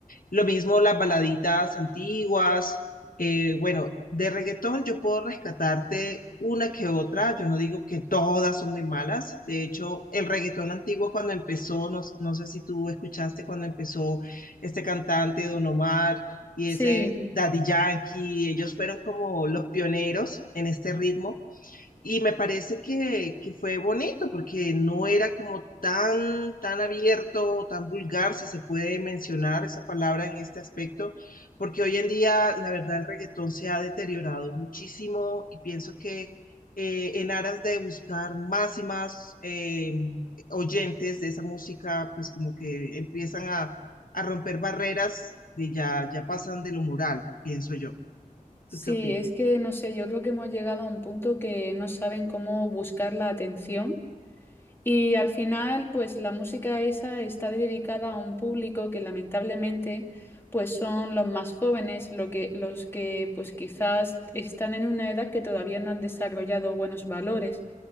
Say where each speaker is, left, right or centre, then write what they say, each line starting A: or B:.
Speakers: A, on the left; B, on the left.
A: Lo mismo las baladitas antiguas. eh, bueno, de reggaetón yo puedo rescatarte una que otra. Yo no digo que todas son muy malas. De hecho, el reggaetón antiguo cuando empezó, no, no sé si tú escuchaste cuando empezó este cantante Don Omar y
B: Sí,
A: ese Daddy Yankee, ellos fueron como los pioneros en este ritmo. Y me parece que, que fue bonito porque no era como tan, tan abierto, tan vulgar, si se puede mencionar esa palabra en este aspecto, porque hoy en día, la verdad, el reggaetón se ha deteriorado muchísimo y pienso que eh, en aras de buscar más y más eh, oyentes de esa música, pues como que empiezan a, a romper barreras de ya, ya pasan de lo moral, pienso yo.
B: sí,
A: ¿Tú qué opinas?
B: es que no sé, yo creo que hemos llegado a un punto que no saben cómo buscar la atención. Y al final, pues la música esa está dedicada a un público que lamentablemente, pues son los más jóvenes, lo que, los que pues quizás están en una edad que todavía no han desarrollado buenos valores.